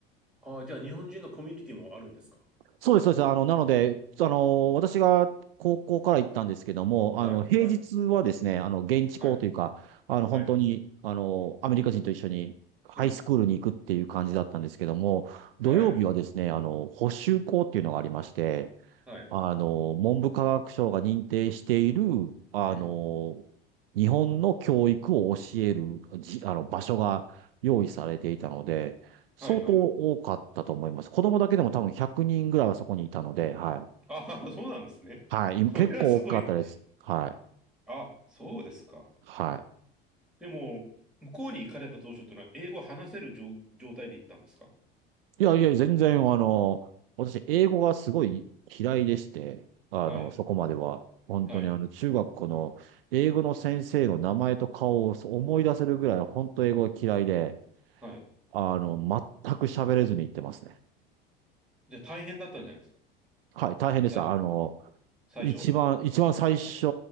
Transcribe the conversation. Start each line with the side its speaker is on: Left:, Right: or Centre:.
Centre: あ、じゃあ日本人のコミュニティもあるんですか
Right: そうです、そうです。あの、なので、あの、私が高校から行ったんですけども、
Centre: はい、
Right: あの、平日はですね、
Centre: はい、
Right: あの、現地校というか、
Centre: はい、
Right: あの、本当に、
Centre: はい。
Right: あの、アメリカ人と一緒にハイスクールに行くっていう感じだったんですけども、
Centre: うん、
Right: 土曜日はですね、
Centre: はい、はい、
Right: あの、補習校っていうのがありまして、
Centre: はい。
Right: あの、文部科学省が認定している、あの、
Centre: うん。
Right: 日本の教育を教える、じ、あの、場所が用意されていたので、相当多かったと思います。
Centre: はい、はい。
Right: 子供だけでも多分100人ぐらいはそこにいたので、はい。
Centre: ああ、そうなんですね。
Right: はい。今結構多かったです。
Centre: それはすごい。
Right: はい。
Centre: あ、そうですか。
Right: はい。
Centre: でも、向こうに行かれた当初というのは、英語を話せる状、状態で行ったんですか
Right: いやいや、全然、あの、私、英語がすごい嫌いでして、あの、
Centre: はい、
Right: そこまでは。本当に、
Centre: はい、
Right: あの、中学校の英語の先生の名前と顔を思い出せるぐらい、本当英語が嫌いで、
Centre: はい。
Right: あの、全く喋れずに行ってますね。
Centre: じゃあ大変だったんじゃないですか
Right: はい、大変でした。
Centre: さい、
Right: あの、
Centre: 最初。
Right: 一番、一番最初、